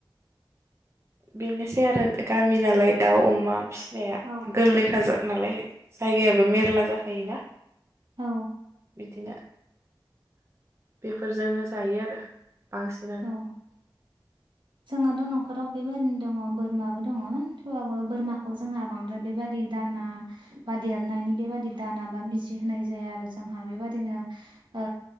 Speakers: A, on the right; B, on the right.
A: बेनोसै आरो गामि नालाय दाउ अमा फिनाया
B: औ
A: गोरलैखाजार नालाय ओ। जायगायाबो मेरला जाखायोना।
B: औ।
A: बिदिनो बेफोरजोंनो जायो आरो बांसिनानो।
B: औ जोंहाथ' न'खराव बेबायदिनो दङ बोरमाबो दङ थेवबाबो बोरमाखौ जोंहा बांद्राय बेबादि दाना बा देरनायनि बेबायादि दाना बा बिजि होनाय जाया आरो जोंहा बेबादिनो ओ